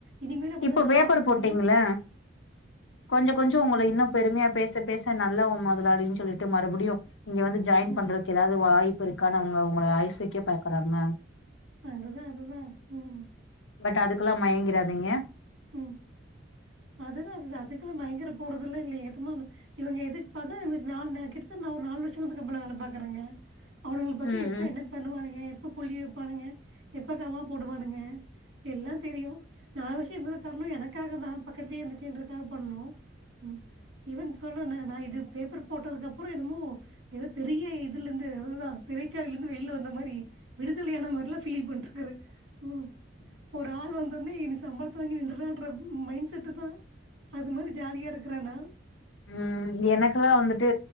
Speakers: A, on the right (about 85°); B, on the left (about 85°).
A: இனிமேலு அப்டிதா
B: இப்போ
A: வேல
B: பேப்பர்
A: பாக்க
B: போட்டீங்கல்ல
A: போறே
B: கொஞ்ச கொஞ்ச ஒங்கள இன்னு பெருமையா பேச பேச நல்லவ மொதலாளின்னு சொல்லிட்டு மறுபடியு இங்க வந்து ஜாயின்
A: ம்
B: பண்றக்கு ஏதாவது வாய்ப்பு இருக்கான்னு அவங்க உங்கள ஐஸ் வக்க பாக்குறாங்க
A: அதுதா அதுதா ம்
B: பட் அதுக்குலா மயங்கிறாதீங்க
A: ம் அதுதா அதுதா அதுக்குல்லா மயங்கர போறதுலா இல்லயே ஏட்டமா இவங்க எதுக்கு பாத்தா நாள் கிட்டத்த நா ஒரு நாலு வருஷ அந்த கம்பனில வேல பாக்குறேங்க அவனுங்கள பத்தி
B: ம்
A: எப்போ
B: ம்
A: என்ன பண்ணுவானுங்க எப்போ புள்ளி வைப்பானுங்க எப்போ கமா போடுவானுங்க எல்லா தெரியு நா வருஷ இருந்தது காரண எனக்காகதா பக்கத்துலயே இருந்துச்சுன்றக்காக பண்ணோ ம் ஈவன் சொல்னுல்ல நா இது பேப்பர் போட்டதுக்கப்புற என்னமோ ஏதோ பெரிய இதுலேருந்து அததா சிறைச்சாலையில இருந்து வெளில வந்த மாரி விடுதலையான மாரில்லா ஃபீல் பண்டுக்றாரு உ ஒரு ஆள் வந்தோன்னே என்ன சம்பளத் த வாங்கி நினன்றற மைண்ட செட்டு தா அது மாரி ஜாலியா இருக்கிறோனா
B: ம் எனக்கெல்லா வந்துட்டு